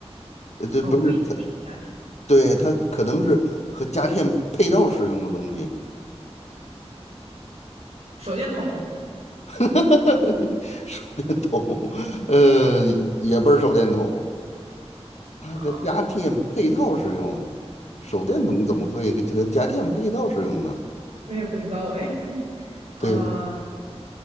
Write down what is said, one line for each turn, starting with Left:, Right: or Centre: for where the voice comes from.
Left: 呃这不是它，
Right: 哦，不一定是家电。
Left: 对，它可能是和家电配套使用的东西。
Right: 手电筒，
Left: <laughs> 手电筒，呃，也不是手电筒，它和家电配套使用。
Right: 啊，
Left: 手电筒怎么会和和家电配套使用呢？
Right: 我也不知道哎，啊，
Left: 对呀，